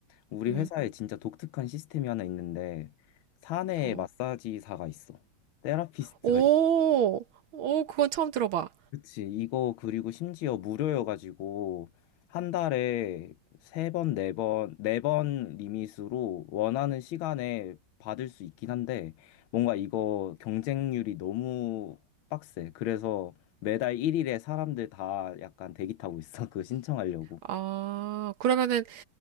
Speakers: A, on the left; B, on the right.
A: 우리
B: 음,
A: 회사에 진짜 독특한 시스템이 하나 있는데, 사내
B: 어.
A: 마사지사가 있어. 테라피스트가
B: 오, 오, 그건 처음 들어봐.
A: 그치. 이거 그리고 심지어 무료여가지고 한 달에 세 번, 네 번, 네 번 리밋으로 원하는 시간에 받을 수 있긴 한데 뭔가 이거 경쟁률이 너무 빡세. 그래서 매달 1일에 사람들 다 약간 대기 타고 있어. <laughs> 그거 신청하려고.
B: 아, 그러면은